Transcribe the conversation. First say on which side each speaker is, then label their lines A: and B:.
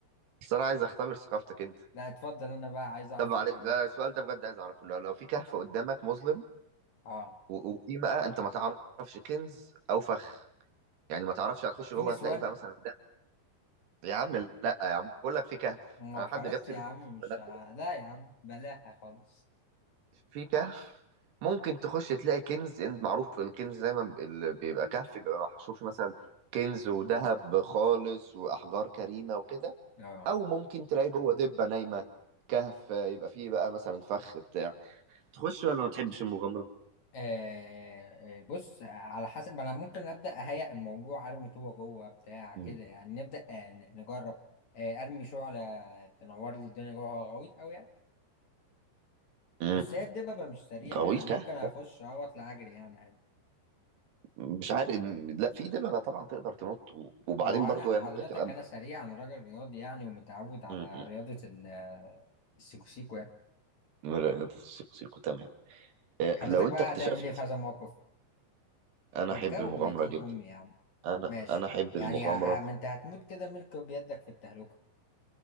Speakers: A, on the right; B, on the left.
A: بس انا عايز اختبر ثقافتك انت
B: لا اتفضل انا بقى عايز اعرف
A: طب معلش
B: الإجابات
A: لا السؤال ده بجد عايز اعرفه لو لو في كهف قدامك مظلم
B: اه
A: و- وفي بقى انت ما تعرفش كنز او فخ يعني ما تعرفش هتخش
B: في
A: جوه
B: نسوان
A: هتلاقي بقى مثلا ده يا عم لا يا عم بقول لك في كهف
B: ما
A: انا
B: خلاص
A: حد جاب سيره
B: يا عم مش
A: بنات.
B: ه- لا يا عم بلاها خالص
A: في كهف ممكن تخش تلاقي كنز انت معروف الكنز دايما ب- اللي بيبقى كهف بيبقى محشور فيه مثلا كنز وذهب خالص واحجار كريمه وكده
B: اه
A: او ممكن تلاقي جوه دبه نايمه كهف آه، يبقى فيه بقى مثلا فخ بتاع تخش ولا ما تحبش المغامره
B: آه آه، بص على حسب ما انا ممكن ابدا اهيئ الموضوع ارمي طوبه جوه بتاع كده
A: مم.
B: يعني نبدا آه ن- نجرب آه ارمي شعله تنور لي الدنيا جوه غويط قوي يعني
A: مم.
B: بس هي الدببه مش سريعه
A: غويط
B: يعني ممكن
A: كهف
B: اخش اهو اطلع اجري يعني عادي
A: مش عارف لا في دببة طبعا تقدر تنط و- وبعدين
B: ما هو
A: برضو
B: انا
A: هي
B: حضرتك
A: ممكن تبقى
B: انا سريع انا راجل رياضي يعني ومتعود على
A: مم.
B: رياضه ال- آه، السيكوسيكو يعني
A: لا لا، سيكو تمام آه،
B: حضرتك
A: لو انت
B: بقى
A: اكتشفت
B: هتعمل ايه في هذا الموقف
A: انا
B: ما
A: احب
B: تجاوب
A: المغامره
B: ميتين
A: جدا
B: امي يا عم
A: انا
B: ماشي
A: انا
B: يعني
A: احب المغامره
B: يعني ه- ما انت هتموت كده ملك بيدك في التهلكه